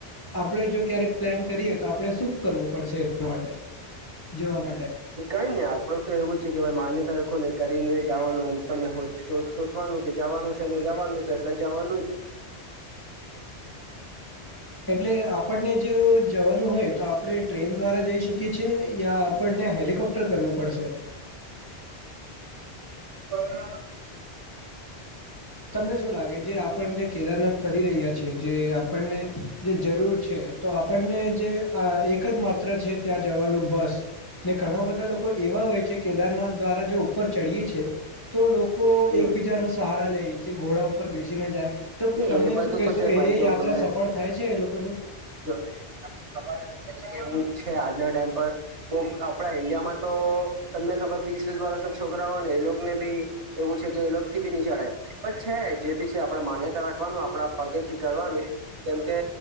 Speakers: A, on the left; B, on the right.
A: આપડે જો ક્યારેક પ્લાન કરીએ તો આપડે શું કરવું પડશે? એના માટે જવા માટે?
B: કઈ ને આપડું તો એવું છે કે ભાઈ માન્યતા રાખોને કરીને જવાનુંમ તમને સોચવાનું કે જવાનું છે ને જવાનું તો એટલે જવાનું જ.
A: એટલે આપણને જે જવાનું હોય તો આપડે ટ્રેન દ્વારા જઈ શકીએ છીએ યા આપણને હેલિકોપ્ટર કરવું પડશે?
B: <unintelligible>
A: તમને શું લાગે, જે આપણ જે કેદારનાથ ફરી રહ્યા જે આપણને જે જરૂર છે તો આપણને જે અહ એક જ માત્ર છે. ત્યાં જવાનું બસ ને ઘણા બધા લોકો એવા હોય છે કેદારનાથ દ્વારા જો ઉપર ચડીએ છે, તો લોકો
B: હમ
A: એકબીજાને સહારા લે કે ઘોડા ઉપર બેસીને જાય. તો
B: એ
A: તમે
B: બધું
A: શું કેહેશો
B: તો છે
A: એ
B: ભાઈ જો
A: યાત્રા
B: તમને
A: સફળ થાય છે એ લોકોની?
B: જો તમને ખબર હશે જવું જ છે આજનો ટાઈમ પર. બહ ઈન્ડિયામાં તો તમને ખબર વીસ વીસ છોકરા હોય ને એ લોકોને ભી એવું છે કે એ લોક થી બી ની ચડાય. પણ છે જે બી છે આપણેે માન્યતા રાખવાનું આપડા પગે થી કરવાનું કેમકે